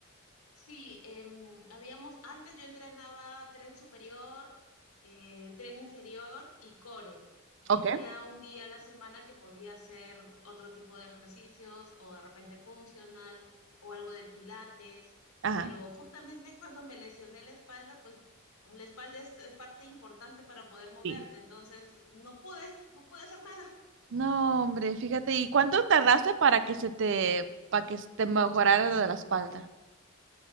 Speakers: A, on the left (about 85°); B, on the right (about 55°).
A: Sí, em, habíamos, antes yo entrenaba tren superior, eh, tren inferior y core. Y
B: Ok.
A: tenía un día a la semana que podía hacer otro tipo de ejercicios o de repente funcional o algo de pilates.
B: Ajá.
A: Pero justamente cuando me lesioné la espalda, pues la espalda es es parte importante para poder moverte.
B: Sí.
A: Entonces no pude, no pude hacer nada.
B: No, hombre, fíjate, ¿y cuánto tardaste para que se te, para que se te mejorara de la espalda?